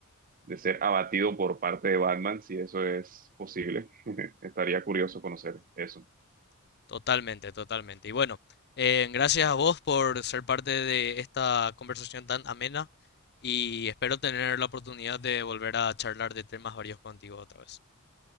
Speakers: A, on the right; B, on the left.
A: de ser abatido por parte de Batman, si eso es posible. <laughs> Estaría curioso conocer eso.
B: Totalmente, totalmente. Y bueno, eh, gracias a vos por ser parte de esta conversación tan amena y espero tener la oportunidad de volver a charlar de temas varios contigo otra vez.